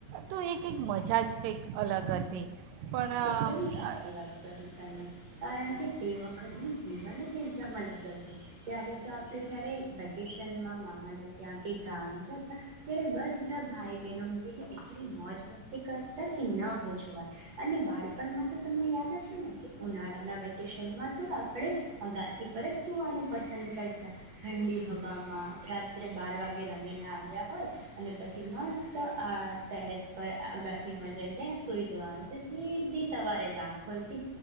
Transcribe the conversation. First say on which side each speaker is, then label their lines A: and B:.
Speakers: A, on the right (about 85°); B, on the right (about 55°).
A: તો એ કંઈક મજા જ કંઈક અલગ હતી. પણ અ,
B: એકદમ સાચી
A: અ,
B: વાત કરી તમે કારણ કે તે વખતનું જીવન જ એકદમ અલગ હતું. ત્યારે તો આપણે જયારે વેકેશનમાં મામાને ત્યાં કે ગામ જતા ત્યારે બધા ભાઈ બહેનો મળીને એટલી મોજ મસ્તી કરતા કે ન પૂછો વાત અને બાળ પણમાં તો તમને યાદ જ છે ને કે ઉનાળાના વેકેેશનમાં તો આપણે અગા સી પર જ સૂવાનું પસંદ કરતા. ઠંડી હવામાં રાત્રે બાર વાગે રમીને આવ્યા હોય અને પછી મસ્ત આ ટેરેસ પર અગાસી માં જઈને સૂઈ જવાનું એટલે સીધી સવારે જ આંખ ખુલતી